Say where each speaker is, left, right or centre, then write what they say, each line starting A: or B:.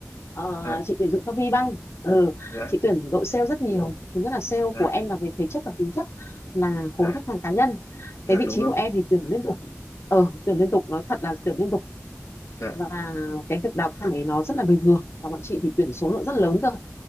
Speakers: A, on the left; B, on the left.
A: Ờ,
B: dạ
A: chị tuyển dụng cho VBank ừ,
B: dạ
A: chị tuyển đội sale rất nhiều thứ nhất là sale
B: dạ
A: của em là về thể chất và tính chất là
B: dạ
A: khối khách hàng cá nhân
B: dạ
A: cái vị
B: đúng
A: trí
B: rồi
A: của em thì tuyển liên tục ờ tuyển liên tục nói thật là tuyển liên tục
B: dạ
A: và cái việc đào thải nó rất là bình thường và bọn chị thì tuyển số lượng rất lớn cơ